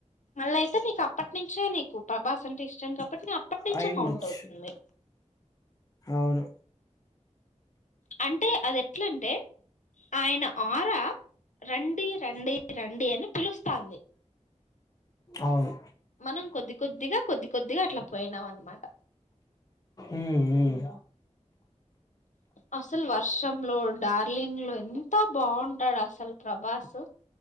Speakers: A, on the left (about 80°); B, on the left (about 30°).
A: మళ్ళ అయితే నీకు అప్పటి నుంచే నీకు ప్రభాస్ అంటే ఇష్టం కాబట్టి అప్పటినుంచే
B: అయ్యిండొచ్చు
A: కౌంట్ అవుతుంది.
B: అవును
A: అంటే అది ఎట్లంటే ఆయన ఆరా రండి రండి రండి అని పిలుస్తాంది
B: అవును
A: మనం కొద్ది కొద్దిగా కొద్ది కొద్దిగా అట్లా పోయినాం అనమాట
B: ఉమ్ ఉమ్
A: అసలు వర్షంలో డార్లింగ్ లో ఎంత బాగుంటాడు అసలు ప్రభాసు